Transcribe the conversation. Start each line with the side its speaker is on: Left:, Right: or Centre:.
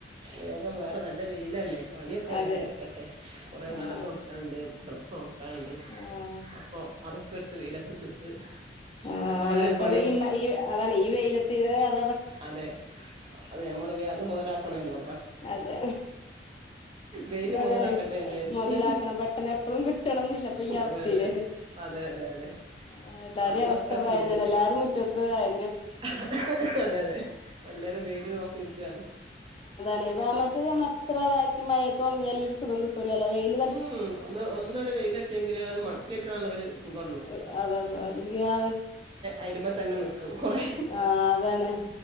Right: വേഗം വേറെ നല്ല വെയിലല്ലേ പണിയൊക്കെ
Left: അതെ
Right: വേഗംടുക്കട്ടെ കുറേ വിറകൊണക്കാണ്ട്
Left: ആഹ്
Right: ഡ്രസ്സ് ഒണക്കാണ്ട്
Left: ആഹ്
Right: അപ്പോ അതൊക്കെ എടുത്ത് വെയിലത്ത്ക്ക്ട്ട്
Left: ആഹ്
Right: ണ്ട് <inaudible> അടുക്കളെലേ
Left: അങ്ങനത്തെക്കെ
Right: പണിയൊകേ
Left: ഈ ഈ അതാണ് ഈ വെയിലത്തി അതോ
Right: അതെ അത് നമ്മൾ വേം അത് മൊതലാക്കണല്ലോ
Left: അതെ
Right: വെയിൽ
Left: അതാണ്
Right: മുതലാക്കട്ടെ എന്ന് വിചാരിച്ച്
Left: മുതലാക്കണം പെട്ടെന്ന് എപ്പഴും കിട്ടൂ കിട്ടണം ന്നില്ലപ്പൊ ഈ അവസ്ഥയില്
Right: അതെ അതെ അതെ അതെ അതെ
Left: ആഹ് എല്ലാരേം
Right: ഫൈനൊക്കെ
Left: അവസ്ഥപ്പയെന്നെണ്
Right: തിരിഞ്ഞ്
Left: എല്ലാരും മുറ്റത്ത് അയ
Right: <inaudible> അതെ അതെ വ ല്ലരും വെയിൽ നോക്കി നിക്കുവാണ്
Left: <unintelligible> ത്തില് നമ്മൾ എത്ര താക്കി മയത്ത് ഒണങ്ങിയാലു ഒരു സുഖം കി ട്ടൂല്ലല്ലോ, വെയിൽ
Right: <unintelligible> ഒന്ന് ഒന്നോരു വെയിലട്ടിയെങ്കിലേ അത് മടക്കിയെക്കാനുള്ള ഒരു സുഖൊള്ളൂ
Left: <unintelligible> അതേ ഉള്ളു അല്ലെങ്കി ആ
Right: അയില്മ്മെ തന്നെ നി ക്കും. കോറേ
Left: ആഹ്, അതാണ്